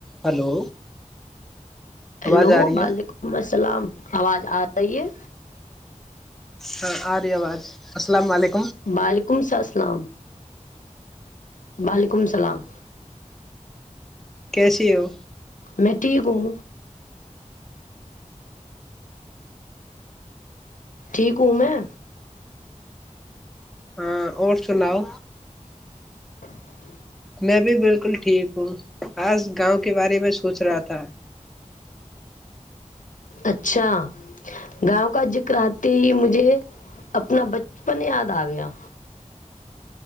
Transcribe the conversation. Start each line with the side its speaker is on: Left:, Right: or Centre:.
Centre: Hello
Left: hello
Centre: آواز آ رہی
Left: بلیکم
Centre: ہے
Left: سلام آواز آ رہی ہے
Centre: ہاں آ رہی آواز السلام علیکم
Left: وعلیکم السلام وعلیکم السلام
Centre: کیسے ہو
Left: میں ٹھیک ہوں ٹھیک ہوں میں
Centre: ہاں اور سناؤ
Left: ہچ
Centre: میں بھی بالکل ٹھیک ہوں آج گاؤں کے بارے میں سوچ رہا تھا
Left: اچھا گاؤں کا ذکر آتے ہی مجھے اپنا بچپن یاد آ گیا